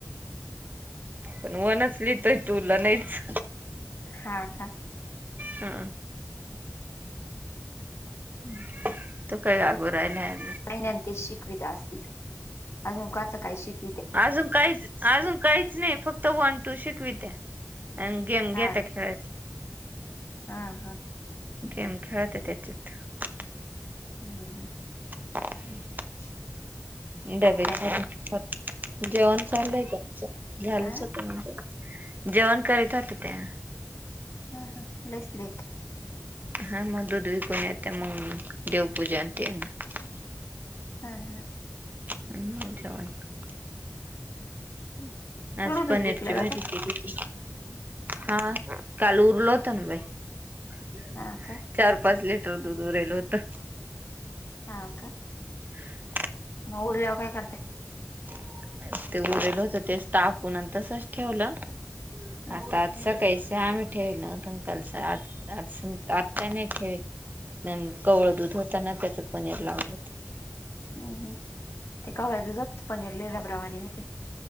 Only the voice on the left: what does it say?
हा का.
महिनंत शिकविता असतील अजूनकाचं काही च काही शिक
हा ना
हा हा.
हम्म हम्म.
<inaudible>
आत्या
न त्या
हा
हा हा लईच लेट
ह ह.
हा.
तेवढं दूध
विकलं
जातं का
हा का
हा का.
मग उरल्यावर काय करत्यात
हं,
हम्- हम ते कवळ्याच दुधाच पनीर लय रब्रावानी होतय ते